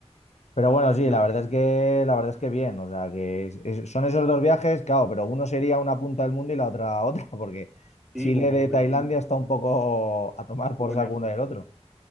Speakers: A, on the left; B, in the centre.
A: Pero bueno, sí,
B: No,
A: la verdad es que, la verdad es que bien. O sea, que es- es- son esos dos viajes, claro, pero uno sería una punta del mundo y la otra <laughs> otra, porque
B: sí,
A: Chile
B: pues más
A: de
B: o menos,
A: Tailandia
B: un
A: está un poco a tomar por
B: poco
A: saco
B: lejos.
A: uno del otro.